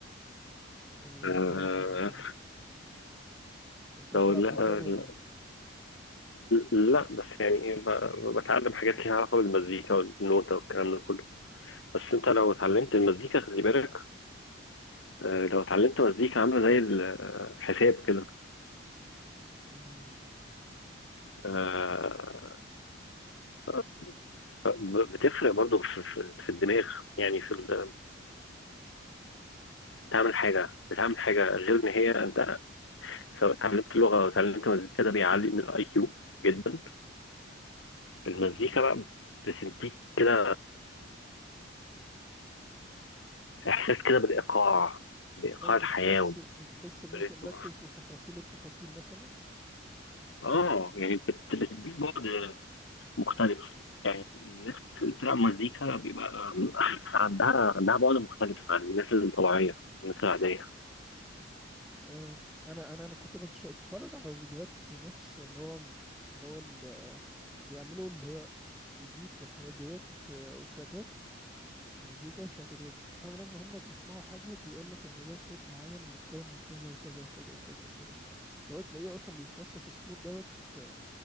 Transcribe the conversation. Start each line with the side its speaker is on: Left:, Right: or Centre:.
Centre: أه
Left: آه،
Centre: بحب أروح الجيم وكده أنت بتلعب
Left: لو لا
Centre: جيتار ولا
Left: لا
Centre: إيه؟
Left: لا، بس يعني إيه، ب- بتعلم حاجات ليها علاقة بالمزيكا والنوتة والكلام ده كله بس انت لو اتعلمت المزيكا خلي بالك آه، لو اتعلمت مزيكا عاملة زي الحساب كده
Centre: مم.
Left: آه، ف- ف- بتفرق برضو في في- في الدماغ يعني في ال- تعمل حاجة بتعمل حاجة غير إن هي أنت سواء اتعلمت لغة أو اتعلمت مزيكا ده بيعلي من الأي كيو جدا المزيكا بقى بتديك كده إحساس
Centre: مم.
Left: كده بالإيقاع بإيقاع
Centre: أو بتحس
Left: الحياة
Centre: بتحس إن
Left: والريتم
Centre: أنت مركز في تفاصيل التفاصيل مثلا
Left: آه يعني بت- بتديك بعد مختلف يعني الناس اللي بتلعب مزيكا بيبقى <laughs> عندها عندها بعد مختلف عن الناس الطبيعية الناس العادية
Centre: أه أنا أنا أنا كنت بتش- بتفرج على فيديوهات ناس اللي هو اللي هو ال- بيعملوا اللي هو البيت والحاجات ديت أه وتراكات مزيكا فكنت بتفرج عليهم ان هم بيسمعوا حاجه بيقول لك ان ده صوت معين متكون من كذا وكذا وكذا وكذا وكذا لو تلاقيه اصلا بيفصص الصوت دوت آه،